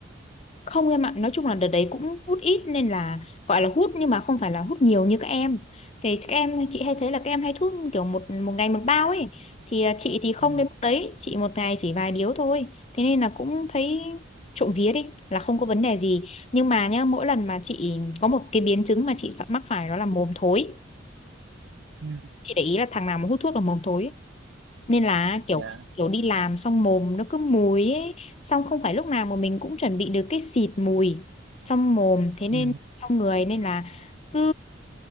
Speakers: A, on the left; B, on the right.
A: Không em ạ, nói chung là đợt đấy cũng hút ít nên là gọi là hút nhưng mà không phải là hút nhiều như các em. Thì các em chị hay thấy là các em hay hút kiểu một một ngày một bao ấy. Thì à, chị thì không
B: Ừ.
A: đến mức đấy, chị một ngày chỉ vài điếu thôi. Thế nên là cũng thấy trộm vía đi là không có vấn đề gì. Nhưng mà nhá, mỗi lần mà chị có một cái biến chứng mà chị phải mắc phải đó là mồm thối.
B: Ừ.
A: Chị để ý là thằng nào mà hút thuốc là mồm thối nên là kiểu
B: dạ
A: kiểu đi làm xong mồm nó cứ mùi ấy xong không phải lúc nào mà mình cũng chuẩn bị được cái xịt mùi trong mồm thế nên
B: Ừ.
A: trong người nên là cứ